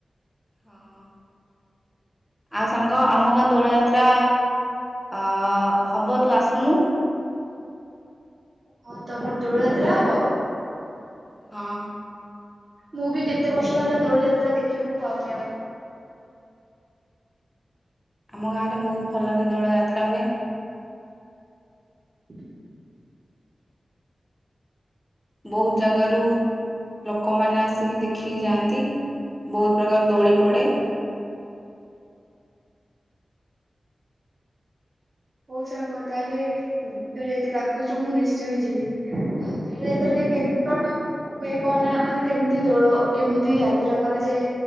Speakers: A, in the centre; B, on the right.
A: ହଁ ଆଉ ସାଙ୍ଗ ଆମ ଗା ଦୋଳ ଯାତ୍ରା ଆ ହବ ତୁ ଆସୁନୁ।
B: ହଁ ତମର ଦୋଳ ଯାତ୍ରା ହବ।
A: ହଁ।
B: ମୁଁ ବି କେତେ ବର୍ଷ ହେଲା ଦୋଳ ଯାତ୍ରା ଦେଖିବାକୁ ପାଉନି ଆଉ।
A: ଆମ ଗାଁ ରେ ବହୁତ ଭଲରେ ଦୋଳ ଯାତ୍ରା ତା ହୁଏ।
B: <inaudible>
A: ବହୁତ ଜାଗାରୁ ଲୋକମାନେ ଆସିକି ଦେଖ ଦେଖିକି ଯାଆନ୍ତି। ବହୁତ ପ୍ରକାର ଦୋଳି ପଡ଼େ।
B: ହଉ ସାଙ୍ଗ ତାହେଲେ ତୁ ଯେହେତୁ ଡାକୁଛୁ ମୁଁ ନିଶ୍ଚୟ ଯିବି। ଆଉ ଦୋଳ ଯାତ୍ରା ରେ କେମିତି କଣ ହୁଏ କହନା ମାନେ କେମତି ଦୋଳ କେମିତି ଯାତ୍ରା କରାଯାଏ।।